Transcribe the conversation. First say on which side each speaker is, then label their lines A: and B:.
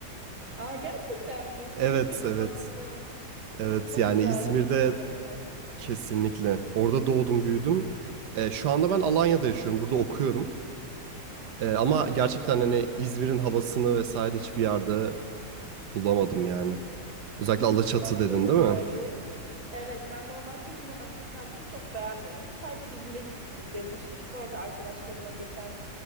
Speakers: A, on the right (about 45°); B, on the right (about 70°).
A: Aa gerçekten
B: <laughs>
A: mi? Hiç
B: Evet,
A: bilmiyordum
B: evet.
A: bak bunu.
B: Evet
A: Çok
B: yani
A: güzeldi
B: İzmir'de
A: İzmir yani.
B: kesinlikle. Orada doğdum, büyüdüm. E, şu anda ben Alanya'da yaşıyorum. Burada okuyorum. E, ama
A: Aa
B: gerçekten
A: çok güzel.
B: hani İzmir'in havasını vesaire hiçbir yerde bulamadım yani. Özellikle Alaçatı
A: Bak
B: dedin
A: şöyle
B: değil
A: söyleyeyim.
B: mi?
A: Evet ben normalde İzmir aslında kendisini çok beğenmiyorum. Sadece İzmir'e gitmiştim, gezmiştik. Sonra da arkadaşlarımla geçen